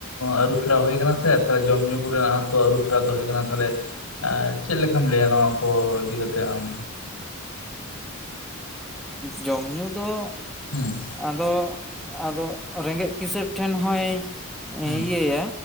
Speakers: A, on the left (about 90°); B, in the centre.
A: ᱟᱹᱨᱩᱯᱷᱮᱨᱟᱣ ᱦᱩᱭ ᱟᱠᱟᱱᱟ᱾ ᱛᱮ ᱡᱚᱢ ᱧᱩ ᱠᱚ ᱨᱮᱱᱟᱜ ᱛᱚ ᱟᱹᱨᱩ ᱯᱷᱮᱨᱟᱣ ᱫᱚ ᱦᱳᱭ ᱠᱟᱱᱟ ᱛᱟᱦᱚᱞᱮᱼᱼ ᱪᱮᱫ ᱞᱮᱠᱟᱢ ᱞᱟᱹᱭᱟ ᱱᱚᱣᱟ ᱠᱚ ᱤᱫᱤ ᱠᱟᱛᱮ ᱟᱢ᱾
B: ᱡᱚᱢ ᱧᱩ ᱫᱚᱼᱼ
A: ᱦᱩᱸ
B: ᱟᱫᱚ ᱟᱫᱚ ᱨᱮᱸᱜᱮᱡ ᱠᱤᱥᱟᱹᱲ ᱴᱷᱮᱱ ᱦᱚᱭ
A: ᱦᱩᱸ
B: ᱤᱭᱟᱹᱭᱟ᱾